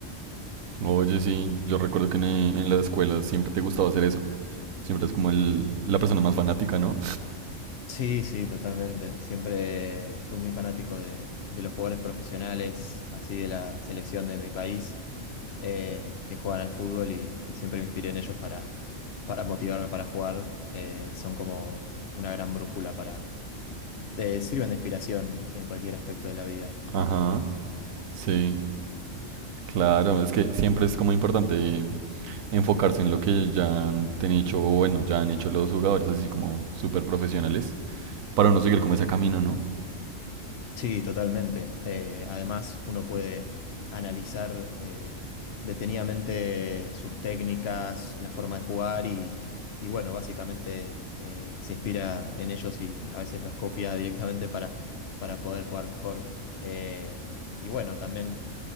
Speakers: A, on the right; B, on the left.
A: Oye, sí, yo recuerdo que en, eh, en la escuela siempre te gustaba hacer eso. Siempre es como el, la persona más fanática, ¿no?
B: Sí, sí, totalmente. Siempre fui muy fanático de, de los jugadores profesionales, así de la selección de mi país, eh, que juegan al fútbol y, y siempre me inspiré en ellos para, para motivarme para jugar. Eh, son como una gran brújula para... de- sirven de inspiración en cualquier aspecto de la vida.
A: Ajá,
B: Eh,
A: sí, claro. Es que siempre es como importante enfocarse en lo que ya han ten- hecho, o bueno, ya han hecho los jugadores así como súper profesionales, para uno seguir como ese camino, ¿no?
B: Sí, totalmente. Eh, además, uno puede analizar eh, detenidamente sus técnicas, la forma de jugar y, y bueno, básicamente eh, se inspira en ellos y a veces los copia directamente para, para poder jugar mejor. Eh, y bueno, también